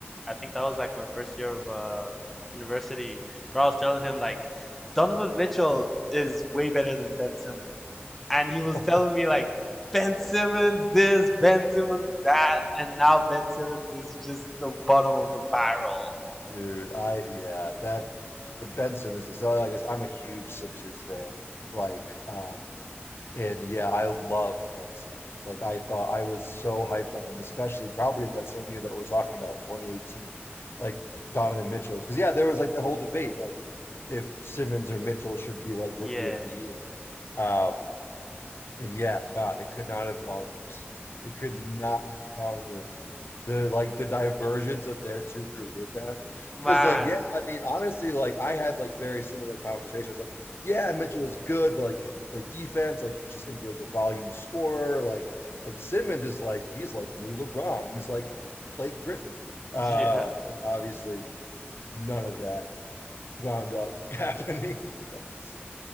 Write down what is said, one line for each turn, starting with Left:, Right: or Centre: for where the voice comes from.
Centre: I think that was like my first year of uh, university where I was telling him like Donovan Mitchell is way better than Ben Simmons, and he was
Left: <laughs>
Centre: telling me like Ben
Left: yeah.
Centre: Simmons this, Ben
Left: Uh,
Centre: Simmons that, and now Ben Simmons is just the bottom of the barrel.
Left: Dude, I yeah, that the Benson is so like I'm a huge Sixers fan. Like, um, and yeah, I loved Ben Simmons. Like I thought I was so hyped on him, especially probably in that same year that we're talking about, like 2018, like Donovan Mitchell's. Because yeah, there was like the whole debate, like if Simmons or Mitchell should be like rookie
Centre: Yeah.
Left: of the year. Um, and yeah, God, it could not have gone worse. It could not have gone worse. The like the divergence of their two career paths.
Centre: <laughs> Man.
Left: Cause like, yeah, I mean, honestly, like I had like very similar conversations. Like, yeah, Mitchell is good, but like, can he play defense? Like he's just gonna be like a volume scorer. Like, like Simmons is like, he's like a new LeBron. He's like Blake Griffin. Uh
Centre: Yeah.
Left: and obviously none of that wound up <laughs> happening, you know. So